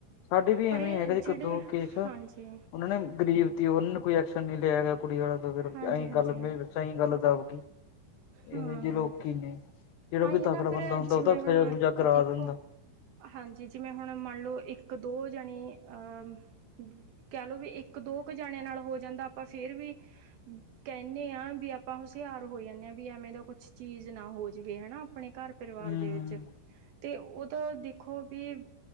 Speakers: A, on the left; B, on the right.
A: ਸਾਡੇ ਵੀ ਏਵੇਂ
B: ਪਰ ਇਹ
A: ਹੈਗੇ
B: ਜਿਹੜੇ
A: ਇੱਕ-ਦੋ ਕੇਸ ਓਨਾਂ
B: ਹਾਂਜੀ
A: ਨੇ ਗਰੀਬ ਤੀ, ਓਨੰ ਕੋਈ ਐਕਸ਼ਨ ਨੀ ਲਿਆ ਗਿਆ ਕੁੜੀ ਆਲਾਂ ਤੋਂ ਫਿਰ
B: ਹਾਂਜੀ
A: ਐਂਈ
B: ਹਾਂਜੀ
A: ਗੱਲ ਮੇ ਸਈ ਗੱਲ ਦਬ ਗੀ। ਇਹੇ
B: ਹਾਂ
A: ਜੇ ਲੋਕੀ ਨੇ। ਜਿਹੜਾ
B: ਆਈ
A: ਕੋਈ ਤਕੜਾ
B: ਏ ਨਾ
A: ਬੰਦਾ
B: ਫਿਰ
A: ਹੁੰਦਾ
B: ਜਿਵੇਂ
A: ਉਹ ਤਾਂ ਸਜ਼ਾ
B: ਹੁਣ,
A: ਸੁਜਾ ਕਰਾ
B: ਦੇਖੋ
A: ਦਿੰਦਾ
B: ਹਾਂਜੀ ਜਿਵੇਂ ਹੁਣ ਮੰਨ ਲੋ ਇੱਕ-ਦੋ ਜਣੇ ਅ ਕੈ ਲੋ ਵੀ ਏੱਕ-ਦੋ ਕ ਜਾਣਿਆਂ ਨਾਲ ਹੋ ਜਾਂਦਾ ਆਪਾਂ ਫੇਰ ਵੀ ਹੂੰ, ਕੈਨੇਂ ਆਂ ਵੀ ਆਪਾਂ ਹੁਸ਼ਿਆਰ ਹੋ ਜਾਨੇਂ ਆਂ ਵੀ ਐਵੇਂ ਦਾ ਕੁੱਛ ਚੀਜ ਨਾ ਹੋ ਜਿਵੇ, ਹੈਨਾ ਆਪਣੇ ਘਰ-ਪਰਿਵਾਰ
A: ਹਮ
B: ਦੇ ਵਿੱਚ ਤੇ ਓ ਤਾ ਦੇਖੋ ਵੀ